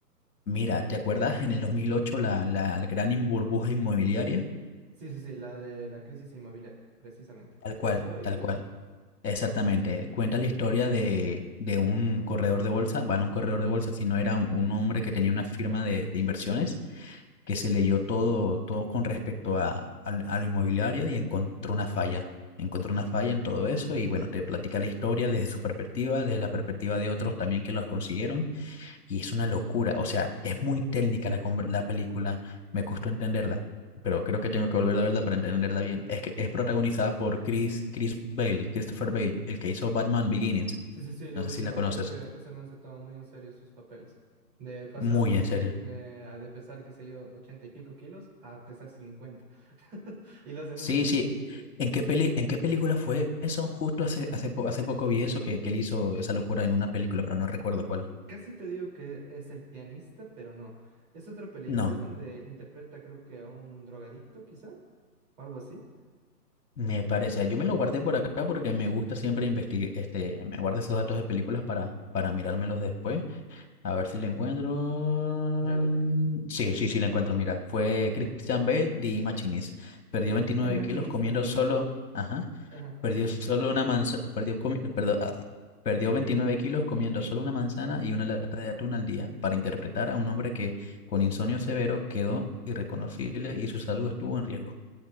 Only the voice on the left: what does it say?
Mira, ¿te acuerdas en el 2008 la, la, la gran in- burbuja inmobiliaria?
Tal
cual,
tal
cual. Exactamente, cuenta la historia de, de un corredor de bolsa, va a un corredor de bolsa, sino era un, un hombre que tenía una firma de, de inversiones que se leyó todo, todo con respecto a, a, la a la inmobiliaria y encontró una falla, encontró una falla en todo eso y bueno, te platica la historia desde su perspectiva, desde la perspectiva de otros también que los consiguieron y es una locura, o sea, es muy técnica la, conver- la película, me costó entenderla, pero creo que tengo que volver a verla para entenderla bien. Es, que- es protagonizada por Chris, Chris Bale, Christopher Bale, el que hizo Batman Beginnings,
no sé
si la conoces,
muy en
serio.
Sí,
sí,
¿en qué peli, en qué película fue eso? Justo hace, hace, po- hace poco vi eso, que, que él hizo esa locura en una película, pero no recuerdo cuál.
No,
me parece. Yo me lo guardé por acá porque me gusta siempre investigar, este, me guardo esos datos de películas para, para mirármelos después A ver si le encuentro.
Sí, sí, sí, le encuentro. Mira, fue Christian Bale de Machinist. Perdió 29
kilos comiendo solo. Ajá.
Perdió solo una manzana. Perdió, comi- perdón, ah, perdió 29 kilos comiendo solo una manzana y una lata de atún al día para interpretar a un hombre que con insomnio severo quedó irreconocible y su salud estuvo en riesgo.